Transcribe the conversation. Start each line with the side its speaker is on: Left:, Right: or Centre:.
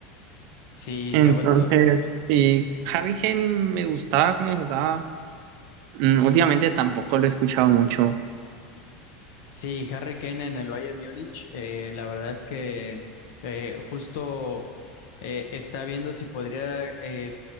Left: Sí,
Right: Entonces,
Left: se ha vuelto,
Right: sí, Harry Kane me gustaba cómo jugaba, Mm, últimamente tampoco lo he escuchado mucho.
Left: Sí, Harry Kane en el Bayern Múnich, eh, la verdad es que eh, justo eh, está viendo si podría eh,